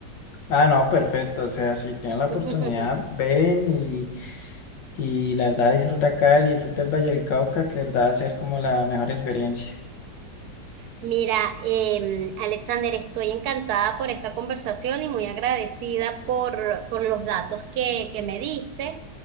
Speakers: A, on the left (about 85°); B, on the right (about 70°).
A: Ah, no, perfecto. O sea, si tienen la oportunidad,
B: <laughs>
A: ven y, y la verdad disfruta Cali, disfruta el Valle del Cauca, que de verdad va a ser como la mejor experiencia.
B: Mira, em, Alexander, estoy encantada por esta conversación y muy agradecida por, por los datos que, que me diste.